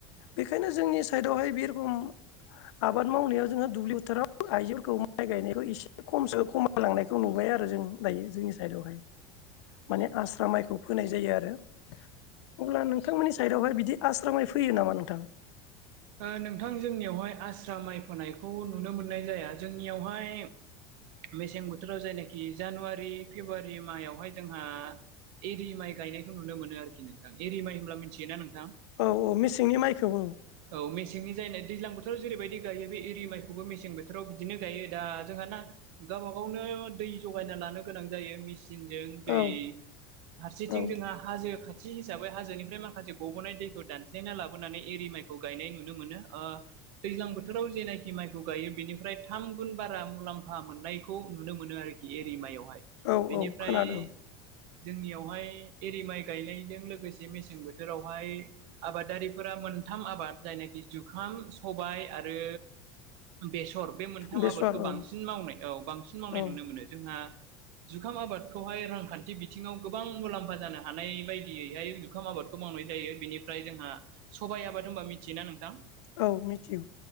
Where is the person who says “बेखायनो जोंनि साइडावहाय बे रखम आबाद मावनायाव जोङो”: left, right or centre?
Left